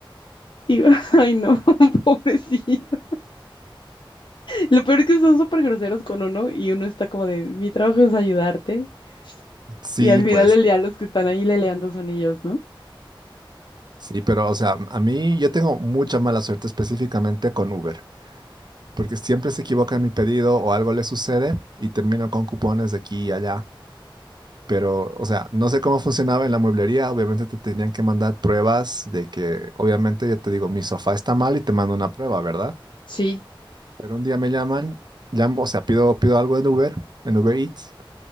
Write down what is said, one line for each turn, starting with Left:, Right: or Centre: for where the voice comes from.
Left: Y, <laughs> ay, no, <laughs> pobrecito. Lo peor es que son súper groseros con uno y uno está como de, mi trabajo es ayudarte.
Right: sí,
Left: Y al final
Right: pues,
Left: del día los que están ahí leleando son ellos, ¿no?
Right: sí, pero o sea, a mí yo tengo mucha mala suerte específicamente con Uber. Porque siempre se equivoca en mi pedido o algo le sucede y termino con cupones de aquí y allá. pero, o sea, no sé cómo funcionaba en la mueblería. Obviamente te tenían que mandar pruebas de que, obviamente, yo te digo, mi sofá está mal y te mando una prueba, ¿verdad?
Left: Sí,
Right: Pero un día me llaman, llamo, o sea, pido, pido algo en Uber, en Uber Eats,